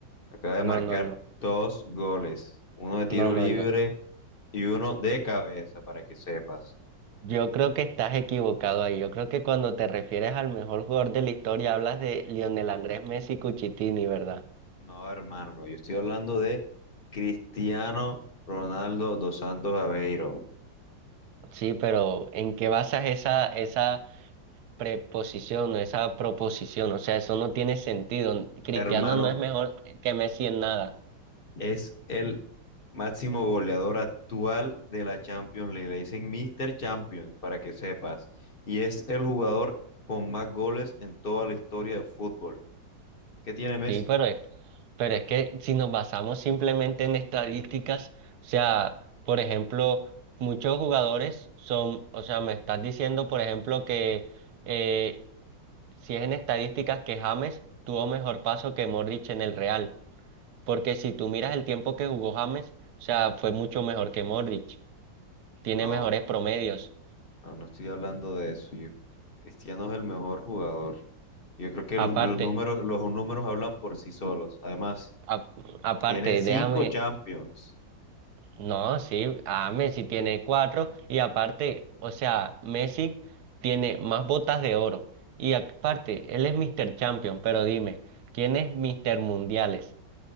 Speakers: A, on the left; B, on the right.
A: Acaba de
B: No,
A: marcar
B: no, no,
A: dos goles, uno de tiro
B: no, no,
A: libre
B: yo,
A: y uno de cabeza, para que sepas.
B: yo creo que estás equivocado ahí. Yo creo que cuando te refieres al mejor jugador de la historia hablas de Lionel Andrés Messi Cuchitini, ¿verdad?
A: No, hermano, no, yo estoy hablando de Cristiano Ronaldo dos Santos Aveiro.
B: Sí, pero ¿en qué basas esa, esa preposición o esa proposición? O sea, eso no tiene sentido. Cristiano
A: Hermano,
B: no es mejor que Messi en nada.
A: es el máximo goleador actual de la Champions League. Le dicen Mr. Champions, para que sepas. Y es el jugador con más goles en toda la historia del fútbol. ¿Qué tiene Messi?
B: Sí, pero es Pero es que si nos basamos simplemente en estadísticas, o sea, por ejemplo, muchos jugadores son, o sea, me estás diciendo, por ejemplo, que eh, si es en estadísticas que James tuvo mejor paso que Modric en el Real, porque si tú miras el tiempo que jugó James, o sea, fue mucho mejor que Modric, tiene
A: No,
B: mejores promedios.
A: no, no estoy hablando de eso. yo- Cristiano es el mejor jugador. Yo creo que
B: Aparte,
A: los, los números, los números hablan por sí solos. Además,
B: ap- aparte,
A: tiene cinco
B: déjame,
A: Champions.
B: No, sí, A Messi tiene cuatro y aparte, o sea, Messi tiene más botas de oro y aparte, él es Mr. Champion, pero dime, ¿quién es Mr. Mundiales?